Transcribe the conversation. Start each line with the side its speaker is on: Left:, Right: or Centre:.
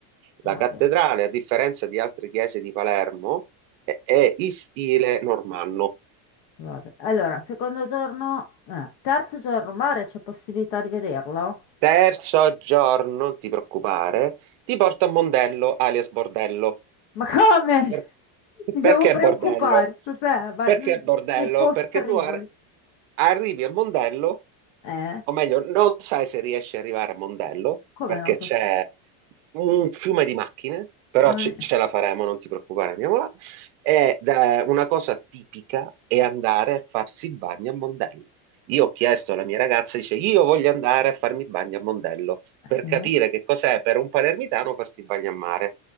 Left: Va
Right: La cattedrale,
Left: bene,
Right: a differenza di altre chiese di Palermo, è, è in stile normanno.
Left: va bene. Allora, secondo giorno, eh, terzo giorno, mare, c'è possibilità di vederlo?
Right: Terzo giorno, non ti preoccupare, ti porto a Mondello, alias Bordello.
Left: Ma come?
Right: Per-
Left: Mi
Right: Perché
Left: devo preoccupare.
Right: bordello?
Left: Cos'è? Vai,
Right: Perché
Left: non-
Right: bordello?
Left: nei postriboli.
Right: Perché tu ar- arrivi a Mondello,
Left: Eh?
Right: o meglio, non sai se riesci ad arrivare a Mondello,
Left: Come
Right: perché
Left: non so
Right: c'è
Left: se...
Right: un fiume di macchine, però
Left: non-
Right: ce, ce la faremo, non ti preoccupare, andiamo là. Ed è una cosa tipica è andare a farsi il bagno a Mondello. Io ho chiesto alla mia ragazza, dice, io voglio andare a farmi il bagno a Mondello, per
Left: Sì?
Right: capire che cos'è per un palermitano farsi il bagno a mare.